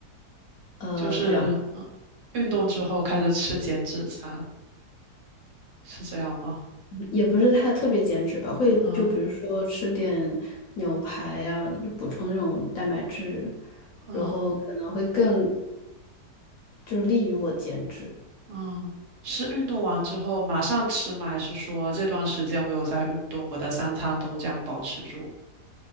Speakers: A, on the left (about 65°); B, on the right (about 75°).
A: 呃，
B: 就是嗯，
A: 这样
B: 运动之后开始吃减脂餐，是这样吗？
A: 也不是太特别减脂吧，会就比如说吃点牛排呀、
B: 嗯
A: 补充那种蛋白质，
B: 嗯。
A: 然后可能会更就是利于我减脂。
B: 嗯，是运动完之后马上吃吗？还是说这段时间我有在运动，我的三餐都这样保持住？